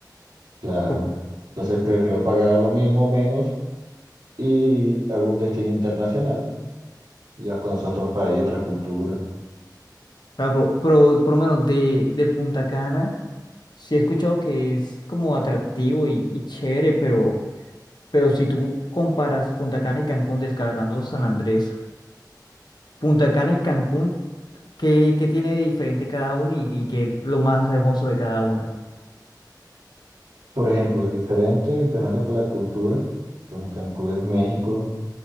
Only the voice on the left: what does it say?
Co-
Claro, pero, pero por lo menos de, de Punta Cana, sí he escuchado que es como atractivo y, y chévere, pero, pero si tú comparas Punta Cana y Cancún, descartando San Andrés, Punta Cana y Cancún, ¿qué, qué tiene de diferente cada uno y, y qué es lo más hermoso de cada una?